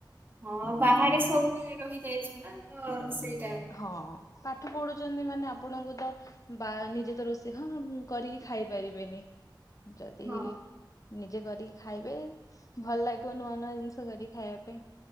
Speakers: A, on the right; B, on the left.
A: ହଁ ବାହାରେ ସବୁ ରହିଯାଇଛୁ ନା ତ ସେ
B: ହଁ ପାଠ ପଢୁଛନ୍ତି ମାନେ ଆପଣଙ୍କୁ ତ ବା ନିଜେ ତ ରୋଷେଇ ହଁ କରିକି ଖାଇପାରିବେନି ଯଦି
A: ହଁ
B: ନିଜେ କରିକି ଖାଇବେ ଭଲ ଲାଗିବ ନୂଆ ନୂଆ ଜିନିଷ କରିକି ଖାଇବା ପାଇଁ